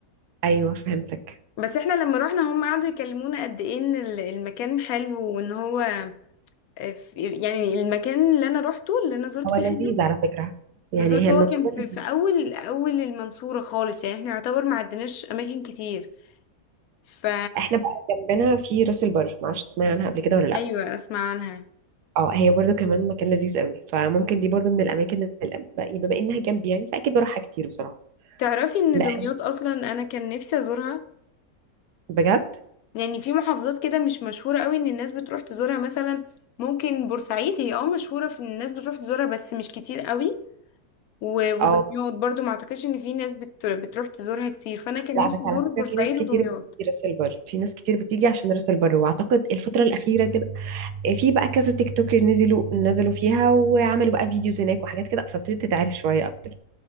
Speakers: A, on the right (about 75°); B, on the left (about 70°).
A: ايوه فهمتك
B: بس احنا لما رحنا هم قعدوا يكلمونا قد ايه ان ال- المكان حلو وان هو آه، في- يعني المكان اللي انا روحته اللي انا زرت
A: هو
B: فيه
A: لذيذ
B: حد
A: على فكرة يعني
B: بالظبط
A: هي
B: هو
A: المنصورة
B: كان في,
A: لذيذة
B: في اول اول المنصوره خالص يعني احنا يعتبر ما عدناش اماكن كتير ف
A: احنا بقى جنبنا في راس البر معرفش تسمعي عنها قبل كده ولا لا
B: ايوه اسمع عنها
A: اه هي برضو كمان مكان لذيذ قوي فممكن دي برضو من الاماكن اللي بما انها جنبي يعني فاكيد بروحها كتير بصراحة
B: تعرفي ان
A: لا
B: دمياط اصلا انا كان نفسي ازورها
A: بجد
B: يعني في محافظات كده مش مشهوره قوي ان الناس بتروح تزورها مثلا ممكن بورسعيد هي اه مشهوره في ان الناس بتروح تزورها بس مش كتير قوي و- ودمياط
A: اه
B: برضو ما اعتقدش ان في ناس بت... بتروح تزورها كتير فانا كان
A: لا
B: نفسي
A: بس
B: ازور
A: على فكرة
B: بورسعيد
A: في ناس كتير
B: ودمياط
A: بتيجي راس البر في ناس كتير بتيجي عشان راس البر واعتقد الفترة الأخيرة كده في بقى كذا تيك توكر نزلوا نزلوا فيها وعملوا بقى فيديوز هناك وحاجات كده فابتدت تتعرف شوية أكتر